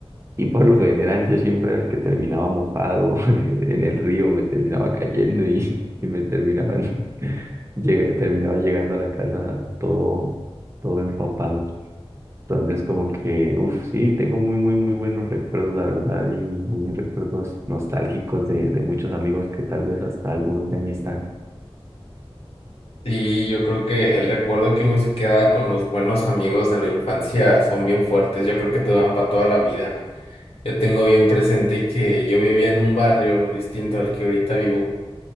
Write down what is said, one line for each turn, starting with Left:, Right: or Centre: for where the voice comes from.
Right: Y por lo general yo siempre era el que terminaba mojado <laughs> eh, en el río, me terminaba cayendo y, y me terminaban, <laughs> llegué- terminaba llegando a la casa todo, todo empapado. Entonces como que, uff, sí, tengo muy, muy, muy buenos recuerdos, la verdad, y muy recuerdos nostálgicos de, de muchos amigos que tal vez hasta algunos ya ni están.
Left: Sí, yo creo que el recuerdo que uno se queda con los buenos amigos de la infancia son bien fuertes. Yo creo que te van para toda la vida. Yo tengo bien presente que yo vivía en un barrio distinto al que ahorita vivo.